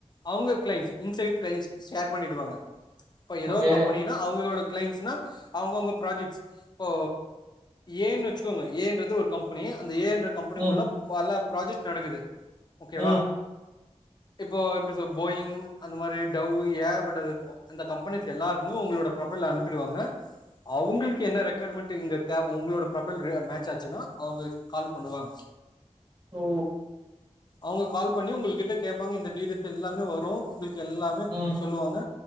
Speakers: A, on the left; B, on the right.
A: அவங்க கிளைன்ஸ் இன்சைட் கிளைன்ஸ்க்கு ஷேர் பண்ணிடுவாங்க இப்ப எதோ
B: ஓகே
A: ஒரு கம்பெனினா அவுங்களோட கிளைண்ட்ஸ்ன்னா அவுங்கவுங்க ப்ராஜெக்ட்ஸ் போ ஏ ன்னு வச்சுக்கோங்க ஏ ன்றது ஒரு கம்பெனி அந்த ஏ ன்ற கம்பெனிக்குள்ள
B: ம்
A: பல ப்ராஜெக்ட்ஸ் நடக்குது ஓகேவா
B: ம்
A: இப்போ எப்டி சொ போயிங் அந்த மாரி டவ்வு ஏகப்பட்டது அந்த கம்பெனிஸ் எல்லார்க்குமே உங்ளோட ப்ரொஃபைல அனுப்பிடுவாங்க அவுங்கள்க்கு என்ன ரெக்கொயர்மெண்ட்டு இங்க தேவ உங்ளோட ப்ரொஃபைல் ரே மேட்ச் ஆச்சுன்னா அவுங்க கால் பண்ணுவாங்க
B: ஓ
A: அவங்க கால் பண்ணி உங்கள் கிட்ட கேப்பாங்க இந்த டீடெய்ல்ஸ் எல்லாமே வரு உங்கள்க் எல்லாமே
B: ம்
A: அ சொல்லுவாங்க